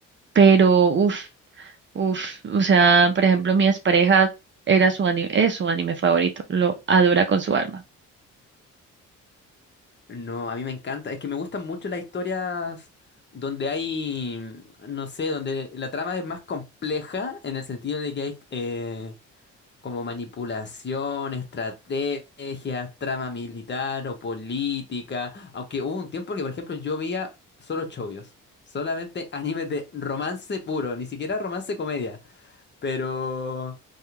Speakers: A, on the right; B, on the left.
A: Pero, uff. Uf, o sea, por ejemplo, mi expareja era su anime, es su anime favorito, lo adora con su alma.
B: No, a mí me encanta. Es que me gustan mucho las historias donde hay, mm, no sé, donde la trama es más compleja en el sentido de que hay eh, como manipulación, estrategias, trama militar o política. Aunque hubo un tiempo que, por ejemplo, yo veía solo chovios, solamente animes de romance puro, ni siquiera romance comedia. Pero